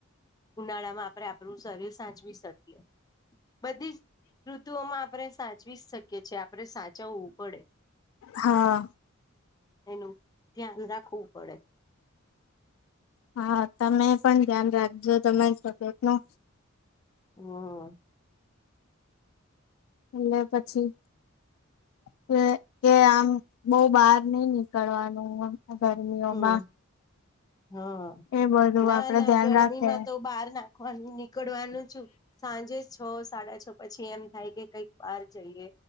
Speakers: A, on the left (about 20°); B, on the left (about 75°).
A: ઉનાળા માં આપણે આપણું શરીર સાચવી શકીએ. બધી જ ઋતુઓમાં આપણે સાચવી જ શકીએ, છીએ આપણે સાચવવું પડે,
B: હા,
A: એનું ધ્યાન રાખવું પડે,
B: હા, તમે પણ ધ્યાન રાખજો તમારી તબિયત નું
A: હમ્મ
B: એટલે પછી કે કે આમ બહ બહાર નઈ નીકળવાનું, ગરમીઓમાં
A: હમ હા,
B: એ બધું
A: ના
B: આપડે
A: ના
B: ધ્યાન
A: ગરમી
B: રાખે
A: માં તો બહાર નાખવાનું નીક નીકડવાનું છું, સાંજે છ સાડા છ પછી એમ થાય કે કઈક બાર જઈએ